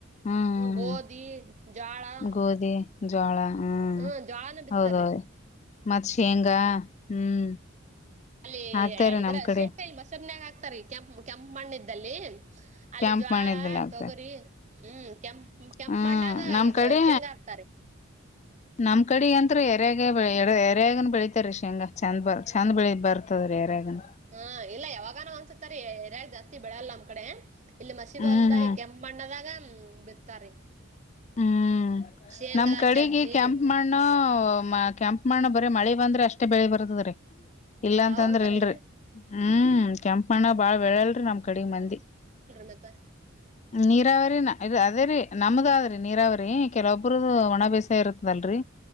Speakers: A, on the left; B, on the right.
A: ಹ್ಮ್ ಹ್ಮ್
B: ಹ್ಮ
A: ಹ್ಮ್
B: ಗೋಧಿ ಜ್ವಾಳ
A: ಗೋಧಿ ಜೋಳ ಹ್ಮ್
B: ಹ್ಮ ಜ್ವಾನ ಬಿತ್ತಾರೀ
A: ಹೌದೌದು ಮತ್ ಶೇಂಗಾ ಹ್ಮ್
B: ಅಲ್ಲಿ
A: ಹಾಕ್ತಾರೆ
B: ಇದರ
A: ನಮ್ ಕಡೆ
B: ಸೇಮ ಇಲ್ವಾ ಸೆಮನ್ಯಾಗ ಹಾಕ್ತಾರಿ ಕೆಂಪ್ ಕೆಂಪ ಮಣ್ಣ್ದಲ್ಲಿ ಅಲ್ಲಿ
A: ಕ್ಯಾಂಪ್
B: ಜ್ವಾಳ
A: ಮಾಡಿದ್ಮೇಲೆ ಹಾಕ್ತಾರೆ
B: ತೊಗರಿ ಹ್ಮ್ ಕೆಂಪ್ ಕೆಂಪ
A: ಹ್ಮ್
B: ಮಣ್ಣಾಗ
A: ನಮ್
B: ಇದು
A: ಕಡೆ
B: ಶೇಂಗ ಹಾಕ್ತಾರೆ
A: ನಮ್ ಕಡೆ ಅಂತ್ರ ಎರ್ಯಾಗ ಎ ಎರ್ಯಾಗ ಬೆಳಿತಾರ ರರಿಷಿ ಹಂಗ ಚಂದ ಬ ಚಂದ ಬೆಳ ಬರ್ತಾರೆ ಸೌರ ರಗ
B: ಹಾ ಇಲ್ಲ ಯಾವಾಗನ ಒನ್ಸತ್ತರಿ ಯರ್ಯಾಗ ಜಾಸ್ತಿ ಬೆಳಲ್ಲ ನಮ್ ಕಡೆ ಇಲ್ಲಿ ಮಸಿ ಬಲ್ದಾಗ
A: ಹ್ಮ್ ಹ್ಮ್
B: ಕೆಂಪ ಅಣ್ಣದಾಗ ಬಿತ್ತಾರಿ
A: ಹ್ಮ್
B: ಶೇಂಗಾ
A: ನಮ್ ಕಡೆಗೆ
B: ಚಜ್ಜಿ
A: ಕ್ಯಾಂಪ್ ಮಾಡನ ಕೆಯಾಂಪ ಮಾಡ ಬರ ಮಳೆ ಬಂದ್ರೆ ಅಷ್ಟೇ ಬೆಳಿ ಬರ್ತದ್ರೀ ಇಲ್ಲಾಂತಂದ್ರ
B: ಹೌದ್ರಿ
A: ಇಲ್ರಿ ಹ್ಮ್ ಕೆಂಪ ಮಣ್ಣ ಬಾಳ್ ಬೆಳಲ್ರಿ ನಮ್ ಕಡೆಗ್ ಮಂದಿ
B: ಅತ್ತ
A: ನೀರಾವರಿ ಇ ಅದೇ ರೀ ನಮಗ ಆದ ನೀರಾವ್ರಿ ಕೆಲವೊಬ್ರದು ಒಣ ಬೇಸ ಇರುತದಲ್ರರಿ